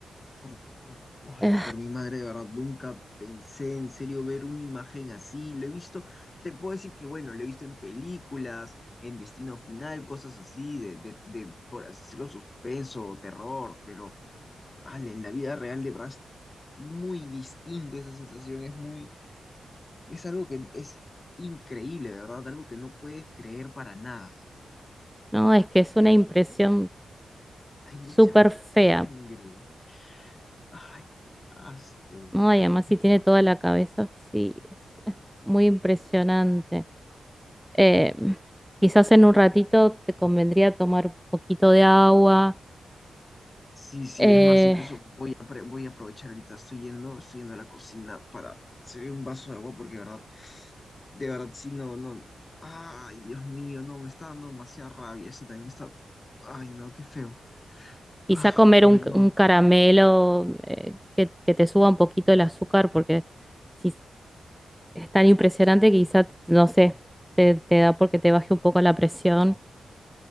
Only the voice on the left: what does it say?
Por, por- ojalá,
por mi madre, de verdad, nunca pensé en serio ver una imagen así. Lo he visto, te puedo decir que, bueno, lo he visto en películas, en Destino Final, cosas así, de, de, de, por así decirlo, suspenso, terror, pero ala, en la vida real de verdad es muy distinta esa sensación, es muy, es algo que es increíble, de verdad, algo que no puedes creer para nada.
Ah,
hay mucha
sangre. Ay, qué asco.
Ay,
qué mal.
Sí, sí,
es más, incluso voy a, apre- voy a aprovechar ahorita, estoy yendo, estoy yendo a la cocina para servir un vaso de agua porque de verdad, de verdad, sí, no, no, ay, Dios mío, no, me está dando demasiada rabia, eso también me está, ay, no, qué feo.
Ah,
bueno,